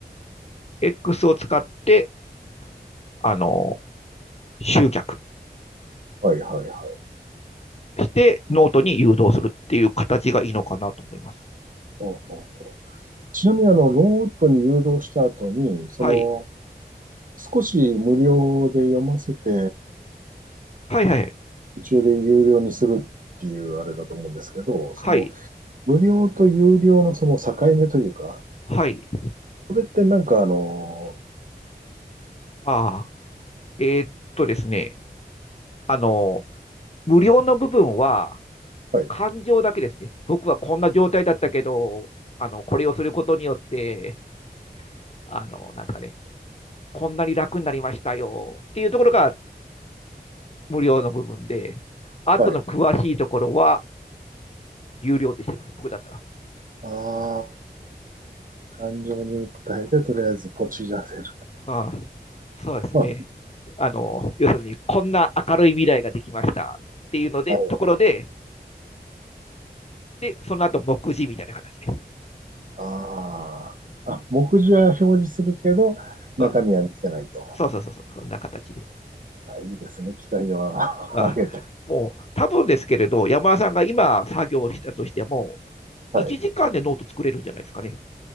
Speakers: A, on the left; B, on the right.
A: X を使って、あの、集客
B: はいはいはい。
A: してノートに誘導するっていう形がいいのかなと思います。
B: おうおうおうちなみにあの、ロートに誘導した後に、その、
A: はい。
B: 少し無料で読ませて、
A: はいはい。
B: 途中で有料にするっていうあれだと思うんですけど、
A: はい。
B: その、無料と有料のその境目というか、
A: はい。
B: これってなんかあの、
A: ああ。えーっとですね。あの、無料の部分は、
B: はい、
A: 感情だけですね。僕はこんな状態だったけど、あの、これをすることによって、あの、なんですかね、こんなに楽になりましたよっていうところが無料の部分で、あとの詳しいところは
B: はい。
A: 有料ってしてます、僕だったら。
B: ああ、感情に訴えて、とりあえずポチらせる
A: ああそうですね。
B: と。
A: あの、要するに、こんな明るい未来ができましたっていうので、
B: <laughs>
A: ところで、で、その後、目次みたいな形で。
B: ああ。あ、目次は表示するけど、中身は見せないと。
A: うん。そうそうそうそう、そんな形で。
B: あ、いいですね。期待は
A: ああもう、
B: <laughs> 上げて。
A: 多分ですけれど、山田さんが今作業したとしても、
B: はい。
A: 1時間でノート作れるんじゃないですかね。